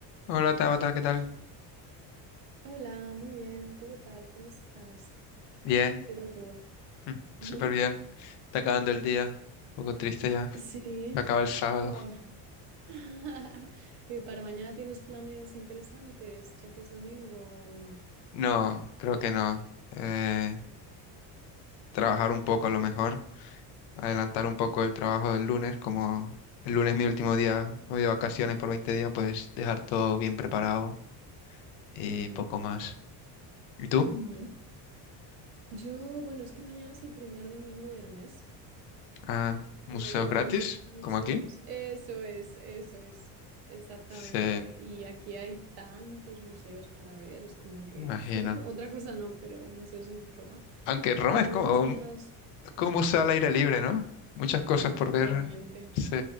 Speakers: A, on the left; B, on the right.
A: Hola Tabata, ¿qué tal?
B: Hola, muy bien. ¿Tú qué tal? ¿Cómo estás?
A: Bien,
B: ¿Qué tal todo?
A: <laughs>
B: <laughs>
A: súper bien. Está acabando el día. Un poco triste ya.
B: Sí.
A: Se acaba el sábado.
B: Oh. <laughs> ¿Y para mañana tienes planes interesantes, ya que es domingo o no?
A: No, creo que no. Eh, trabajar un poco a lo mejor. Adelantar un poco el trabajo del lunes. Como el lunes es mi último día, me voy de vacaciones por 20 días, pues dejar todo bien preparado y
B: Ujú,
A: poco más. ¿Y tú?
B: ujú. Yo, bueno, es que mañana es el primer domingo del mes
A: Ah, museos
B: y en Roma
A: gratis,
B: hay muchos...
A: como aquí.
B: Eso es, eso es, exactamente.
A: Sí,
B: Y aquí hay tantos museos para ver, es como que
A: imagino.
B: <laughs> otra cosa no, pero museos en Roma.
A: Aunque Roma
B: Entonces
A: es como
B: mis amigas...
A: un, es como un museo al aire
B: Ujú,
A: libre, ¿no? Muchas cosas por ver.
B: Totalmente.
A: Sí.